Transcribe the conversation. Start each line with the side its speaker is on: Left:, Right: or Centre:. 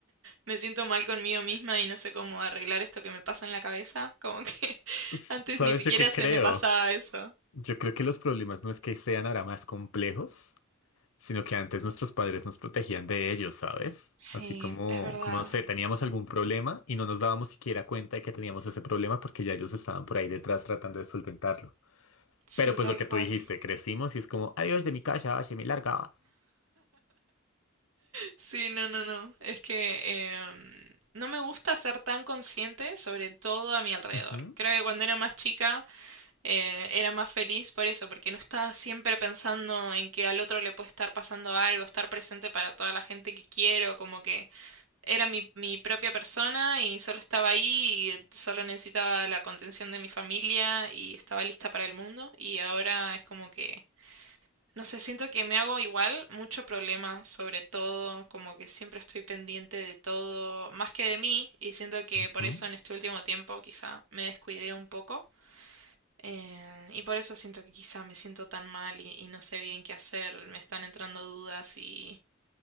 Right: Me siento mal conmigo misma y no sé cómo arreglar esto que me pasa en la cabeza. Como que <laughs>
Left: S-
Right: antes
Left: ¿Sabes
Right: ni siquiera
Left: yo qué creo?
Right: se me pasaba eso.
Left: Yo creo que los problemas no es que sean ahora más complejos, sino que antes nuestros padres nos protegían de ellos, ¿sabes?
Right: Sí,
Left: Así como,
Right: es verdad.
Left: como no sé, teníamos algún problema y no nos dábamos siquiera cuenta de que teníamos ese problema porque ya ellos estaban por ahí detrás tratando de solventarlo.
Right: Sí,
Left: Pero pues
Right: tal
Left: lo que
Right: cual.
Left: tú dijiste, crecimos y es como, adiós de mi casa, se me larga.
Right: Sí, no, no, no. Es que em, no me gusta ser tan consciente sobre todo a mi alrededor.
Left: Ujú,
Right: Creo que cuando era más chica eh, era más feliz por eso, porque no estaba siempre pensando en que al otro le puede estar pasando algo, estar presente para toda la gente que quiero, como que Era mi, mi propia persona y solo estaba ahí y solo necesitaba la contención de mi familia y estaba lista para el mundo. Y ahora es como que, no sé, siento que me hago igual mucho problema sobre todo, como que siempre estoy pendiente de todo, más que de mí, y siento que
Left: ujú.
Right: por eso en este último tiempo quizá me descuidé un poco. eh, y por eso siento que quizá me siento tan mal y, y no sé bien qué hacer, me están entrando dudas y,